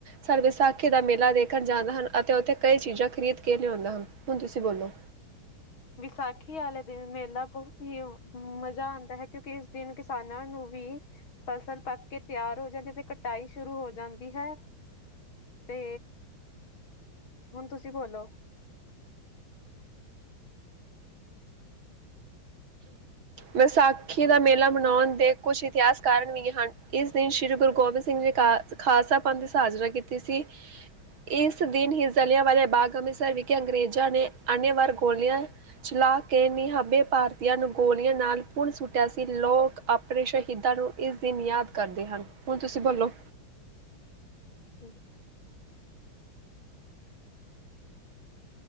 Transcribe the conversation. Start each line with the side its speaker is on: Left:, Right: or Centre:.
Right: ਸਾਲ ਵਿਸਾਖੀ ਦਾ ਮੇਲਾ ਦੇਖਣ ਜਾਂਦੇ ਹਨ ਅਤੇ ਉੱਥੇ ਕਈ ਚੀਜ਼ਾਂ ਖ਼ਰੀਦ ਕੇ ਲਿਆਉਂਦਾ ਹਾਂ ਹੁਣ ਤੁਸੀਂ ਬੋਲੋ?
Left: ਵਿਸਾਖੀ ਵਾਲੇ ਦਿਨ ਮੇਲਾ ਬਹੁਤ ਹੀ ਮਜ਼ਾ ਆਉਂਦਾ ਹੈ ਕਿਉਂਕਿ ਇਸ ਦਿਨ ਕਿਸਾਨਾਂ ਨੂੰ ਵੀ ਫਸਲ ਪੱਕ ਕੇ ਤਿਆਰ ਹੋ ਜਾਂਦੀ ਅਤੇ ਕਟਾਈ ਸ਼ੁਰੂ ਹੋ ਜਾਂਦੀ ਹੈ ਤੇ ਹੁਣ ਤੁਸੀਂ ਬੋਲੋ?
Right: ਵਿਸਾਖੀ ਦਾ ਮੇਲਾ ਮਨਾਉਣ ਦੇ ਕੁਝ ਇਤਿਹਾਸ ਕਾਰਨ ਵੀ ਹਨ ਇਸ ਦਿਨ ਸ੍ਰੀ ਗੁਰੂ ਗੋਬਿੰਦ ਸਿੰਘ ਜੀ ਖ ਖਾਲਸਾ ਪੰਥ ਦੀ ਸਾਜਨਾ ਕੀਤੀ ਸੀ ਇਸ ਦਿਨ ਹੀ ਜ਼ਲਿਆਂ ਵਾਲੇ ਬਾਗ ਅੰਮ੍ਰਿਤਸਰ ਵਿਖੇ ਅੰਗਰੇਜ਼ਾਂ ਨੇ ਅੰਨੇਵਾਹ ਗੋਲੀਆਂ ਚਲਾ ਕੇ ਨਿਹਬੇ ਭਾਰ। ਦੀਆਂ ਨੂੰ ਗੋਲੀਆਂ ਨਾਲ ਪੁੁਣ ਸੁੱਟਿਆ ਸੀ ਲੋਕ ਆਪਣੇ ਸ਼ਹੀਦਾਂ ਨੂੰ ਇਸ ਦਿਨ ਯਾਦ ਕਰਦੇ ਹਨ, ਹੁਣ ਤੁਸੀਂ ਬੋਲੋ?
Left: ਹੂੰ।